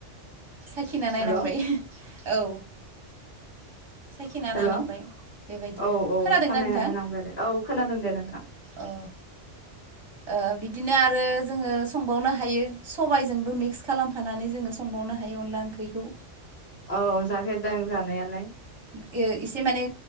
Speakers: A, on the right; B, on the left.
A: साखिना नायनांबाय
B: हेल'
A: औ। साखिना
B: हेल'
A: नायनांबाय
B: औ
A: बेबायदिनो
B: औ
A: खोनादोंना
B: सानायनानै
A: नोंथां
B: नायनांबाय आरो औ खोनादों दे नोंथां।
A: औ ओ बिदिनो आ आरो जोङो संबावनो हायो सबाइजोंबो मिक्स खालामफानानै जोङो संबावनो हायो अनला ओंख्रिखौ।
B: औ जाफेरदों जानायालाय।
A: ओ एसे माने